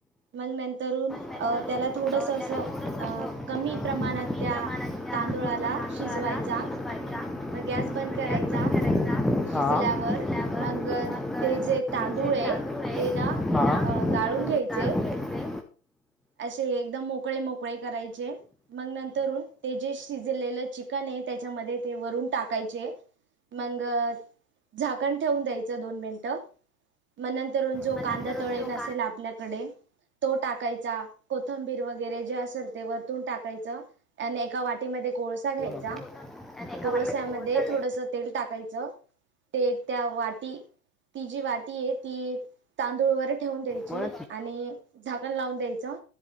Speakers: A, on the right (about 25°); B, in the centre.
A: मग नंतरून
B: नंतर
A: अ त्याला थोडस
B: अ,
A: अस
B: त्याला
A: अ
B: थोडंसं असं अ,
A: कमी प्रमाणात
B: कमी
A: त्या
B: प्रमाणात त्या
A: तांदुळाला
B: तांदूळाला
A: शिजवायचा
B: शिजवायचा
A: मग गॅस बंद करायचा
B: गॅस बंद करायचा
A: शिजल्यावर
B: हा शिजल्यावर
A: मंग
B: मग
A: ते जे तांदूळ
B: जे
A: आहे
B: तांदूळ
A: ते
B: हा.
A: ना
B: त्याला अ,
A: गाळून घ्यायचे
B: गाळून घ्यायचे
A: अशे एकदम मोकळे मोकळे करायचे मग नंतरून ते जे शिजलेलं चिकन आहे त्याच्यामध्ये ते वरून टाकायचे मग झाकण ठेवून द्यायचं दोन मिनिटं मन नंतरून जो
B: मग
A: कांदा
B: नंतर
A: तळेल
B: जो
A: असेल
B: कांदा
A: आपल्याकडे तो टाकायचा कोथंबीर वगैरे जे असल ते वरतून टाकायचं आणि एका वाटीमध्ये कोळस सा घ्यायचा
B: हो ना होता त्याने एका
A: कोळसमध्ये
B: वाट्यामध्ये कोळसा
A: थोडस
B: टाकायचा
A: तेल टाकायचं ते त्या वाटी ती जी वाती आहे ती तांदूळवर ठेवून द्यायची
B: म्हणून
A: आणि झाकण लावून द्यायचं.